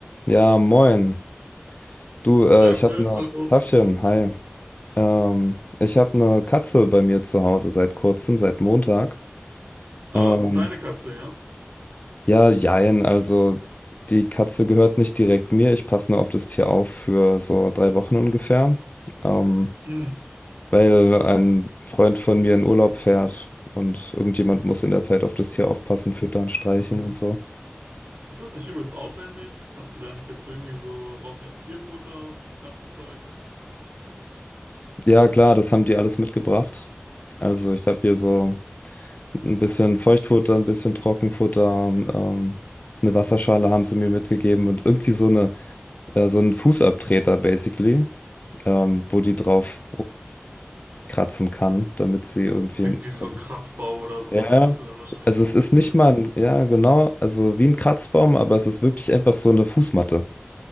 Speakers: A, on the left; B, on the right.
A: Ja, moin. Du, äh,
B: Tagchen,
A: ich habe eine
B: hallo.
A: Tachchen, hi. Ähm, ich habe eine Katze bei mir zu Hause seit kurzem, seit Montag.
B: Oh,
A: Ähm,
B: es ist deine Katze, ja?
A: ja, jein, also die Katze gehört nicht direkt mir. Ich passe nur auf das Tier auf für so drei Wochen ungefähr, ähm,
B: Mm.
A: weil ein Freund von mir in Urlaub fährt und irgendjemand muss in der Zeit auf das Tier aufpassen, füttern, streicheln
B: Ist das,
A: und so.
B: ist das nicht übelst aufwendig? Hast du da nicht jetzt irgendwie so, brauchst nicht Tierfutter und das ganze Zeug?
A: Ja, klar, das haben die alles mitgebracht. Also ich habe hier so. Ein bisschen Feuchtfutter, ein bisschen Trockenfutter, ähm, eine Wasserschale haben sie mir mitgegeben und irgendwie so eine, äh, so einen Fußabtreter basically, ähm, wo die drauf rumkratzen kann, damit sie irgendwie.
B: Irgendwie so
A: Also,
B: ein Kratzbaum oder sowas
A: ja,
B: meinst du dann wahrscheinlich?
A: also es ist nicht
B: Ja.
A: mal ein, ja, genau, also wie ein Kratzbaum, aber es ist wirklich einfach so eine Fußmatte